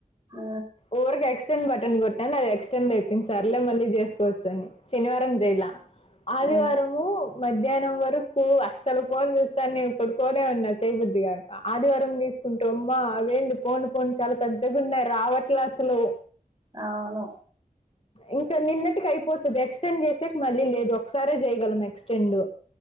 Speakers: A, on the right; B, on the left.
A: ఉ
B: ఓవర్గా ఎక్స్టెండ్ బటన్ కొట్టాను అది ఎక్స్టెండ్ అయి ది సర్లే మళ్ళీ చేసుకోవచ్చు అని శనివారం చేయలా ఆదివారము
A: మ్మ్
B: మధ్యాహ్నం వరకు అస్సలు ఫోన్ చూస్తా నేను పడుకోనే ఉన్నా చేయబుద్ధిగాక ఆదివారం తీసుకుంటూ అమ్మా అవేంది పోను పోను చాలా పెద్దగున్నాయి రావట్లే అసలు
A: అవును
B: ఇంకా నిన్నటికి అయిపోతుంది ఎక్స్టెండ్ చేసేకి మళ్ళీ లేదు ఒకసారే చేయగలం ఎక్స్టెండ్